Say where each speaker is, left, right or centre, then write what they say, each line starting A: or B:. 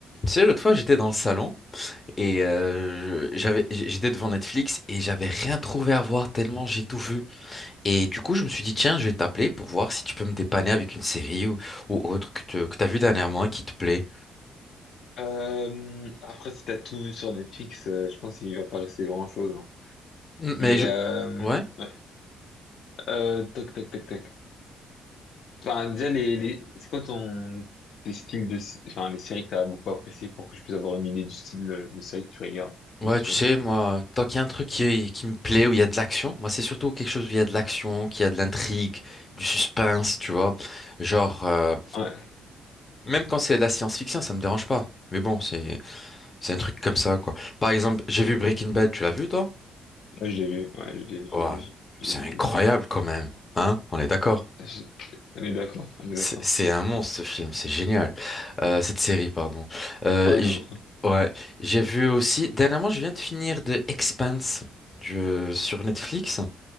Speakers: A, on the left; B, on the left.
A: Tu sais, l'autre fois, j'étais dans le salon et euh, je- j'avais, j- j'étais devant Netflix et j'avais rien trouvé à voir tellement j'ai tout vu. Et du coup, je me suis dit, tiens, je vais t'appeler pour voir si tu peux me dépanner avec une série ou, ou autre que, tu, que t'as vu dernièrement et qui te plaît.
B: Euh, après, si t'as tout vu sur Netflix, euh, je pense qu'il va pas rester grand-chose. hein.
A: Mm,
B: Mais
A: Mais je...
B: euh,
A: Ouais,
B: ouais. euh, toc, toc, toc, toc. Enfin, déjà, les, les... c'est quoi ton les styles de, enfin, les séries que t'as beaucoup appréciées pour que je puisse avoir une idée du style de, de série que tu regardes
A: ouais,
B: ou que tu
A: tu sais,
B: aimes.
A: moi, tant qu'il y a un truc qui, qui me plaît, où il y a de l'action, moi, c'est surtout quelque chose où il y a de l'action, qu'il y a de l'intrigue, du suspense, tu vois. Genre, euh,
B: Ouais,
A: même quand c'est de la science-fiction, ça me dérange pas. Mais bon, c'est... C'est un truc comme ça, quoi. Par exemple, j'ai vu Breaking Bad, tu l'as vu, toi?
B: ouais, je l'ai vu. Ouais, je l'ai, je
A: Ouah,
B: l'ai, je
A: c'est
B: l'ai-
A: incroyable
B: je l'ai-
A: quand même. Hein? On est d'accord.
B: je On est d'accord, on est
A: C'est
B: d'accord.
A: c'est un monstre ce film, c'est génial. Euh, cette série, pardon. Euh,
B: Oh non.
A: j- ouais, j'ai vu aussi. Dernièrement, je viens de finir The Expanse je- sur Netflix.